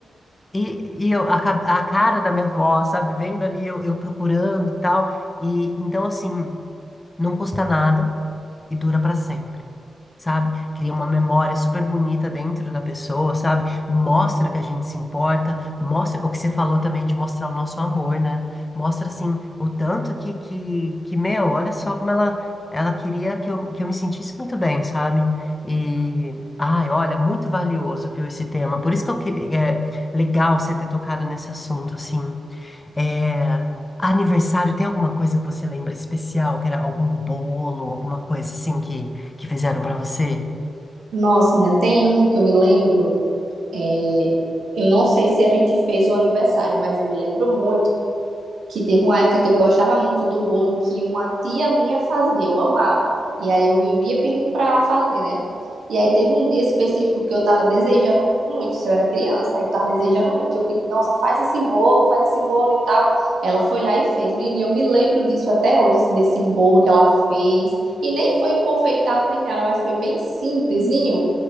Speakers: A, on the left; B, on the right.
A: e, e eu, a, ca- a cara da minha avó, sabe, vendo ali, eu, eu procurando e tal, e então assim, não custa nada e dura pra sempre sabe? Cria uma memória super bonita dentro da pessoa, sabe? Mostra que a gente se importa, mostra o que você falou também de mostrar o nosso amor, né? Mostra assim o tanto que que, que meu, olha só como ela ela queria que eu, que eu me sentisse muito bem, sabe? E ai, olha, muito valioso, viu, esse tema. Por isso que eu queria, é legal você ter tocado nesse assunto assim. É, aniversário, tem alguma coisa que você lembra especial? Que era algum bolo, alguma coisa assim que, que fizeram pra você?
B: Nossa, menina, tem um que eu me lembro. é, eu não sei se a gente fez o aniversário, mas eu me lembro muito que teve uma época que eu gostava muito do bolo que uma tia minha fazia, eu amava. E aí eu vivia pedindo para ela fazer, né? E aí teve um dia específico que eu tava desejando muito, se eu era criança, eu tava desejando muito. e Eu pedi, nossa, faz esse bolo, faz esse bolo e tal. Ela foi lá e fez. Menina, e eu me lembro disso até hoje, assim, desse bolo que ela fez. E nem foi enfeitado nem nada, mas foi bem simplesinho.